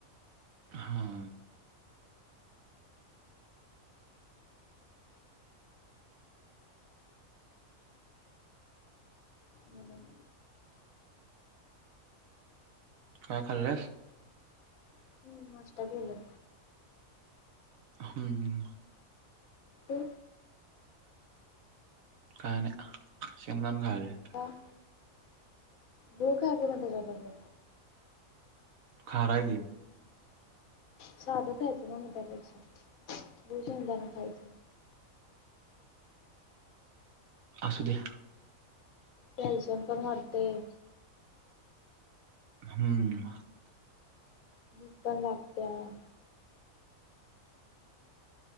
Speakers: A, on the right; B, on the left.
A: हा
B: म्हणून
A: काय खाल्ल्यास?
B: हम्म नाष्टा केलाय.
A: हम्म
B: हो
A: काय आणिक? शेंगदाणे खायलोय.
B: हां पुढे काय बोलणं त्याच्या बरोबर
A: हा <unintelligible>
B: साधं खायचं ना त्यापेक्षा गुळ शेंगदाणे खायच.
A: असू द्या
B: कॅल्शियम पण वाढतेय.
A: हम्म
B: भूक पण लागतंय.